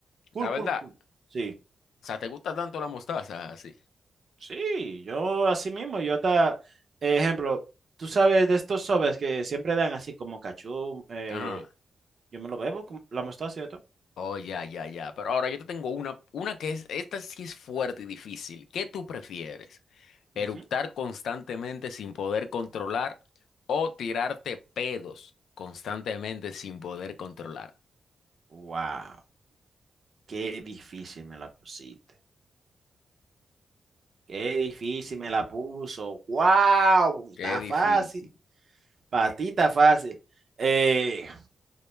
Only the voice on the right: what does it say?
Cool,
cool, cool. Sí,
sí, yo así mismo, yo hasta, eh, ejemplo, tú sabes de estos sobres que siempre dan así como cachú, eh,
yo me lo bebo, con la mostaza y todo.
Ujú.
Wow, qué difícil me la pusiste. Qué difícil me la puso. Wow,
está
fácil. Para ti está fácil. Eh,